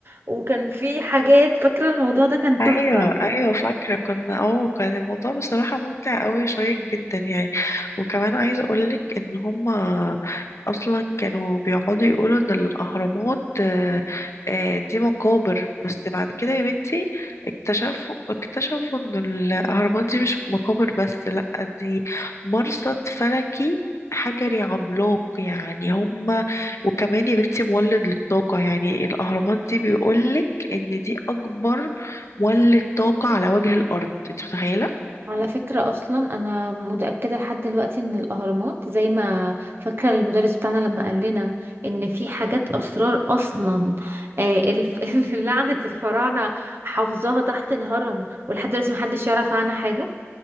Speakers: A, on the right; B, on the left.
A: وكان في حاجات فاكرة الموضوع ده كان
B: ايوه
A: تحفة
B: ايوه فاكره كنا اه كان الموضوع بصراحه ممتع قوي شويه جدا يعني وكمان عايزه اقولك ان هما اصلا كانوا بيقعدوا يقولوا ان الاهرامات آه، آه، دي مقابر بس بعد كده يا بنتي اكتشفوا اكتشفوا ان الاهرامات دي مش مقابر بس لا دي مرصد فلكي حجري عملاق يعني هما وكمان يا بنتي مولد للطاقة يعني الأهرامات دي بيقولك إن دي أكبر ولت طاقة على وجه الأرض انت متخيلة؟
A: على فكرة أصلا أنا متأكدة لحد دلوقتي إن الأهرامات زي ما فاكرة المدرس بتاعنا لما قال لنا إن في حاجات أسرار أصلا آه الف... <laughs> لعنة الفراعنة حافظاها تحت الهرم ولحد دلوقتي محدش يعرف عنها حاجة